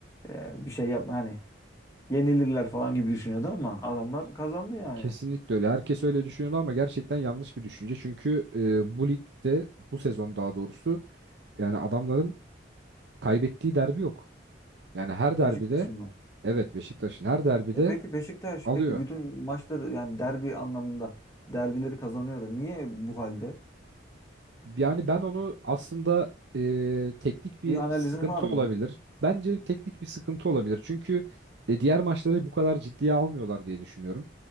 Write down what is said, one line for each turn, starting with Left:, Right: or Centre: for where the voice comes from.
Left: Ee, bir şey yapma hani. yenilirler falan gibi düşünüyordu ama adamlar kazandı yani.
Right: Kesinlikle öyle. Herkes öyle düşünüyordu ama gerçekten yanlış bir düşünce. Çünkü e, bu ligde bu sezon daha doğrusu yani adamların kaybettiği derbi yok. Yani her derbide
Left: Beşiktaş'ın mı?
Right: evet Beşiktaş'ın her derbide
Left: E Tabii. peki Beşiktaş
Right: alıyor.
Left: peki bütün maçları yani derbi anlamında derbileri kazanıyor da niye bu halde?
Right: Yani ben onu aslında e, teknik bir
Left: Bir analizin
Right: sıkıntı
Left: var mı?
Right: olabilir. Bence teknik bir sıkıntı olabilir. Çünkü e, diğer maçları bu kadar ciddiye almıyorlar diye düşünüyorum.